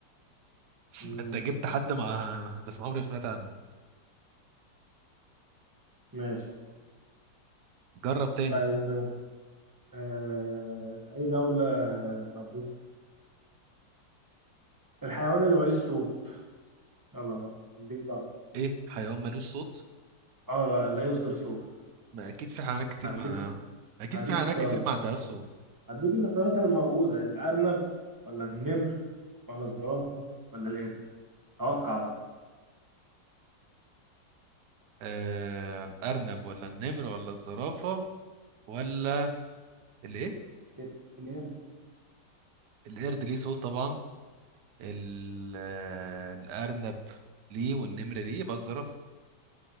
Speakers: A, on the right (about 75°); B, on the right (about 25°).
A: <laughs>
B: مم.
A: ده انت جبت حد مع <laughs> بس ما عمري ما سمعت عنه
B: ماشي
A: جرب تاني
B: طيب آه... اي دولة طب بص الحيوان اللي ماليش صوت يلا بقى اديك ضربة
A: ايه حيوان ملوش صوت
B: اه لا لا يصدر صوت
A: ما اكيد في حيوانات كتير
B: هديك
A: مع اكيد
B: هديك
A: في حيوانات
B: اختيارات
A: كتير ما عندهاش صوت
B: هديك الاختيارات اللي موجودة الأرنب ولا النمر ولا الزرافة ولا القرد توقع بقى
A: آه الأرنب ولا النمر ولا الزرافة ولا الإيه؟
B: ال- القرد
A: القرد ليه صوت طبعا ال- آه، الأرنب ليه والنمر ليه يبقى الزرافة